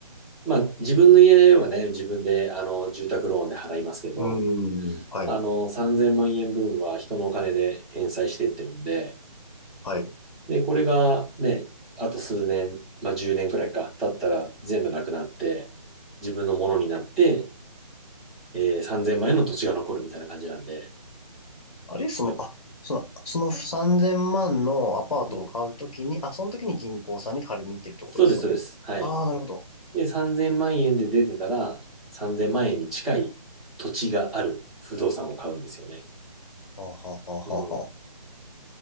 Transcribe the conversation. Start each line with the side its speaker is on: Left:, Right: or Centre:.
Centre: まあ自分の家はね、自分であの住宅ローンで払いますけど、
Left: ーん。はい。
Centre: あの3000万円分は人のお金で返済していってるんで、
Left: はい。
Centre: で、これがね、あと数年、まあ10年くらいか、経ったら全部なくなって、自分のものになって、えー3000万円の土地が残るみたいな感じなんで、
Left: あれ、その、
Centre: はい
Left: あ、その、その3000万のアパートを買うときに、
Centre: うん。
Left: あ、その時に銀行さんに借りに行ってるってことですよね。
Centre: そうです、そうです。はい。
Left: ああ、なるほど。
Centre: で、3000万円で出てたら、3000万円に近い土地がある不動産を買うんですよね。
Left: はあ、はあ、はあ、
Centre: うん。
Left: はあはあ。